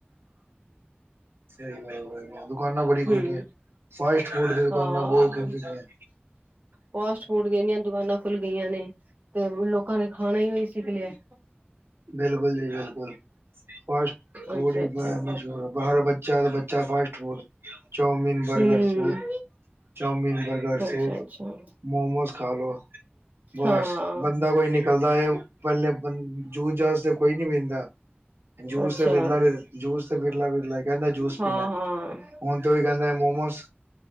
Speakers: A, on the right; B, on the right.
A: ਸਹੀ ਗੱਲ ਗੱਲ ਦੁਕਾਨਾਂ ਬੜੀ ਖੁੱਲ
B: ਹੂੰ
A: ਗਈਆਂ, ਫਾਸਟ ਫੂਡ ਦੀ ਦੁਕਾਨਾਂ
B: ਹਾਂ
A: ਬਹੁਤ ਖੁੱਲ ਚੁੱਕਿਆਂ ਹੈ
B: ਫਾਸਟ ਫੂਡ ਦੀ ਇਨੀਆਂ ਦੁਕਾਨਾਂ ਖੁੱਲ ਗਈਆਂ ਨੇ, ਤੇ ਲੋਕਾਂ ਨੇ ਖਾਣਾ ਉਈ ਸਿਖ ਲਿਆ ਹਾਂ
A: ਬਿਲਕੁਲ ਜੀ ਬਿਲਕੁਲ ਫਾਸਟ ਫੂਡ
B: ਅੱਛਾ
A: ਹੀ
B: ਅੱਛਾ
A: ਬ ਮਸ਼ਹੂਰ ਹੈ, ਬਾਹਰ ਬੱਚਾ ਬੱਚਾ fast food chowmein burger
B: ਹੂੰ
A: soup ਚਾਊਮੀਨ ਬਰਗਰ ਸਿਰਫ਼
B: ਅੱਛਾ ਅੱਛਾ
A: ਮੋਮੋਜ਼ ਖਾ ਲੋ ਬਸ
B: ਹਾਂ
A: ਬੰਦਾ ਕੋਈ ਨਿਕਲਦਾ ਹੈ ਪਹਿਲੇ ਬੰ ਜੂਸ ਜਾਸ ਤੇ ਕੋਈ ਨੀ ਪੀਦਾ ਜੂਸ
B: ਅੱਛਾ
A: ਤੇ ਵਿਰਲਾ, ਜੂਸ ਤੇ ਵਿਰਲਾ ਵਿਰਲਾ ਈ ਕਹਿੰਦਾ ਜੂਸ
B: ਹਾਂ
A: ਪੀਣਾ
B: ਹਾਂ
A: ਐ ਹੁਣ ਤੇ ਔਵੀ ਕਹਿੰਦਾ ਐ ਮੋਮੋਸ